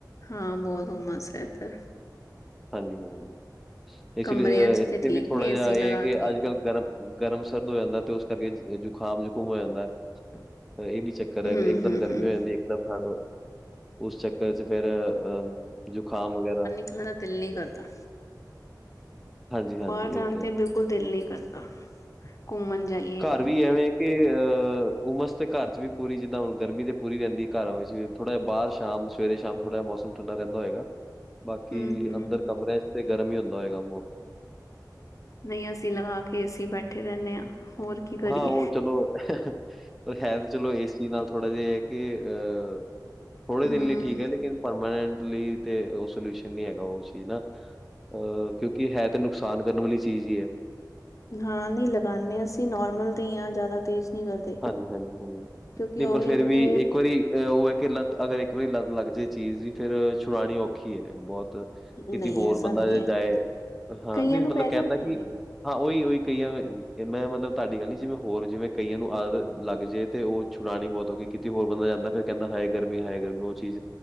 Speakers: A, on the left (about 45°); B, in the centre.
A: ਹਾਂ, ਬਹੁਤ ਊਮਸ ਐ ਇੱਧਰ।
B: ਹਾਂਜੀ-ਹਾਂਜੀ, ਇਸ
A: ਕਮਰਿਆਂ
B: ਲਈ
A: ਚ
B: ਇੱਥੇ
A: ਤੇ ਠੀਕ
B: ਵੀ ਥੋੜ੍ਹਾ
A: ਨੇ
B: ਜਿਹਾ
A: ਏਸੀ
B: ਇਹ
A: ਲਗਾ
B: ਐ ਕਿ
A: ਕੇ
B: ਅੱਜ ਕੱਲ੍ਹ ਗਰਮ ਗਰਮ-ਸਰਦ ਹੋ ਜਾਂਦਾ ਤੇ ਉਸ ਕਰਕੇ ਜੁਖਾਂਮ-ਜੁਖੂਮ ਹੋ ਜਾਂਦਾ ਐ। ਇਹ ਵੀ ਚਕ ਘਰ ਆ
A: ਹਮ
B: ਕੇ, ਇੱਕ ਦਮ
A: ਹਮ
B: ਗਰਮੀ
A: ਹਮ
B: ਹੋ ਜਾਂਦੀ, ਇੱਕ ਦਮ ਠੰਡ ਹੋ ਉਸ ਚੱਕਰ 'ਚ ਫੇਰ, ਅਹ ਜ਼ੁਖਾਂਮ ਵਗੈਰਾ
A: ਉਹਨਾਂ ਦਾ ਦਿਲ ਨੀ ਕਰਦਾ,
B: ਹਾਂਜੀ-ਹਾਂਜੀ
A: ਬਾਹਰ ਜਾਣ
B: ਇਹ ਤਾਂ
A: ਤੇ
B: ਹੈ।
A: ਬਿਲੁ ਤੇ ਦਿਲ ਨੀ ਕਰਦਾ, ਘੁੰਮਣ ਜਾਈ
B: ਘਰ ਵੀ ਐਵੇਂ ਕਿ ਅ ਉਮਸ ਤੇ ਘਰ ਚ ਵੀ ਪੂਰੀ ਜਿੱਦਾਂ ਹੁਣ ਗਰਮੀ ਤੇ ਪੂਰੀ ਰਹਿੰਦੀ ਘਰਾਂ ਵਿੱਚ ਵੀ ਥੋੜਾ ਜਿ ਬਾਹਰ ਸ਼ਾਮ ਸਵੇਰੇ ਸ਼ਾਮ ਥੜਾਿਹਾ ਮੌਸਮ ਠੰਡਾ ਰਹਿੰਦਾ ਹੋਏਗਾ ਬਾਕੀ
A: ਹਮ ਹਮ
B: ਅੰਦਰ ਕਮਰਿਆਂ ਚ ਤੇ ਗਰਮ ਹੀ ਹੁੰਦਾ ਹੋਏਗਾ।
A: ਨਹੀਂ ਅਸੀਂ ਲਗਾ ਕੇ ਅਸੀਂ ਬੈਠੇ ਰਹਿੰਦੇ ਹਾਂ। ਹੋਰ ਕੀ ਕਰੀਏ
B: ਹਾਂ ਉਹ ਚਲੋ ਪਰ ਹੈ ਤੇ ਚਲੋ ਇਸਏ ਚੀਜ਼ ਨਾਲ ਥੋੜਾ ਜਿਹਾ ਹੈ ਕਿ ਅਹ ਥੋੜੇ ਦਿਨ
A: ਹਮ
B: ਲਈ ਠੀਕ ਹੈ ਲੇਕਿਨ ਪਰਮਾਨੈਂਟਲੀ ਤੇ ਉਹ ਸੋਲਿਊਸ਼ਨ ਨੀ ਹੈਗਾ ਉਹ ਚੀਜ਼ ਦਾ। ਅਹ ਕਿਉਂਕਿ ਹੈ ਤਾਂ ਨੁਕਸਾਨ ਕਰਨ ਵਾਲੀ ਚੀਜ਼ ਹੀ ਹੈ।
A: ਹਾਂ ਨਹੀਂ ਲਗਾਉਂਦੇ ਅਸੀਂ ਨੋਰਮਲ ਤੇ ਹੀ ਹਾਂ ਜ਼ਿਆਦਾ ਤੇਜ਼ ਨਹੀਂ ਕਰਦੇ
B: ਹਾਂਜੀ -ਹਾਂਜੀ, ਹਾਂਜੀ
A: ਕਿਉਂਕਿ
B: ਨਹੀਂ
A: ਉਹ
B: ਪਰ ਫਿਰ
A: ਆਪਣੇ
B: ਵੀ ਇੱਕ ਵਾਰੀ ਉਹ ਹੈ ਕਿ ਲੱਤ ਅਗਰ ਇੱਕ ਵਾਰੀ ਲੱਤ ਲੱਗ ਜੇ ਚੀਜ਼ ਦੀ ਫੇਿਰ ਛੁਡਾਣੀ ਔਖੀ ਹੈ ਬਹੁਤ ਕਿਤੇ
A: ਨਹੀਂ
B: ਹੋਰ
A: ਐਸਾ
B: ਬੰਦਾ
A: ਨਹੀਂ
B: ਜੇ
A: ਹੈ
B: ਜਾਏ ਹਾਂ
A: ਕਈਆਂ
B: ਨਹੀਂ
A: ਨੂੰ
B: ਮਤਲਬ
A: ਪੈ
B: ਕਹਿੰਦਾ
A: ਜਾਂਦੀ
B: ਕਿ
A: ਹੈ
B: ਹਾਂ ਉਈ-ਉਈ ਕਈਆਂ, ਮੈਂ ਮਤਲਬ ਤੁਹਾਡੀ ਗੱਲ ਨੀ ਜਿਵੇਂ ਹੋਰ, ਜਿਵੇਂ ਕਈਆਂ ਨੂੰ ਆਦਤ ਲੱਗ ਜ਼ੇ ਤੇ ਔਹ ਛੁਡਾਨੀ ਬੋਤ ਔਖੀ, ਕਿਥੇ ਹੋਰ ਬੰਦਾ ਜਾਂਦਾ। ਫਿਰ ਕਹਿੰਦਾ ਹਾਏ ਗਰਮੀ, ਹਾਏ ਗਰਮੀ ਔ ਚੀਜ਼।